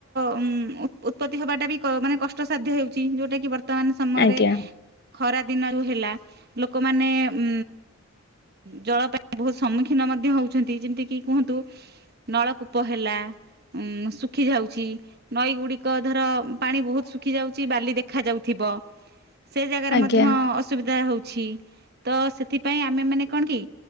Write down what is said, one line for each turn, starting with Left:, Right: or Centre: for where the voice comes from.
Right: ଉଁ ଉ ଉତ୍ପତି ହବାଟା ବି କ ମାନେ କଷ୍ଟସାଧ୍ୟ ହେଉଚି। ଯୋଉଟା କି ବର୍ ତମାନ ସମୟରେ
Left: ଆଜ୍ଞା
Right: ଖରା ଦିନରୁ ହେଲା। ଲୋକମାନେ ଉଁ ଜଳ ପାଇଁ ବହୁ ସମ୍ମୁଖୀନ ମ ଇଏ ହଉଛନ୍ତି। ଯେମିତି କିି କୁହନ୍ତୁ ନଳକୂପ ହେଲା ଉଁ ଶୁଖି ଯାଉଛି। ନଈ ଗୁଡ଼ିକ ଧର ପାଣି ବହୁତ ଶୁଖି ଯାଉଛି ବାଲି ଦେଖା ଯାଉଥିବ। ସେ ଜାଗାରେ
Left: ଆଜ୍ଞା ଆଜ୍ଞା
Right: ମଧ୍ୟ ଅସୁବିଧା ହେଉଛି। ତ ସେଥିପାଇଁ ଆମେ ମାନେ କଣ କି